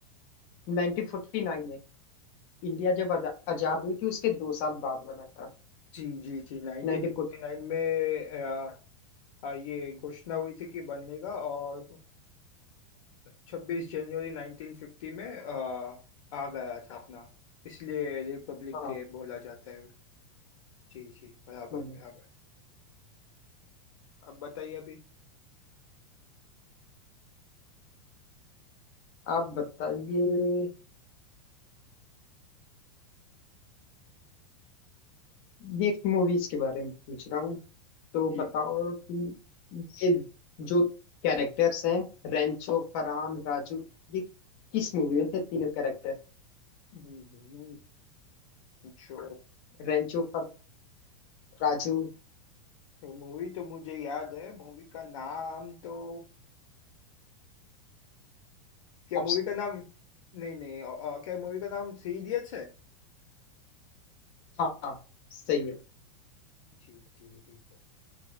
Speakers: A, on the left; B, on the left.
A: नाइनटीन फोर्टी नाइन में इंडिया जब आजा- आजाद हुई थी उसके दो साल बाद बना था
B: जी जी 1949
A: Nineteen forty
B: में आ, आ, ये घोषणा हुई थी कि बनेगा और छब्बीस जनवरी 1950 में आ, आ गया था अपना इसलिए रिपब्लिक
A: हाँ
B: डे बोला जाता है जी जी बराबर
A: हम्म,
B: बराबर अब बताइए अभी
A: आप बताइए ये एक मूवीज के बारे में पूछ रहा हूँ तो
B: ये
A: बताओ कि ये जो कैरेक्टर्स हैं रेंचो फरहान राजू ये किस मूवी में थे तीनों कैरेक्टर
B: हम्म, जो
A: रेंचो फर राजू
B: मूवी तो मुझे याद है मूवी का नाम तो क्या मूवी
A: अब
B: का नाम नहीं नहीं अ, अ, क्या मूवी का नाम थ्री इडियट्स है
A: हाँ सही है
B: जी जी जी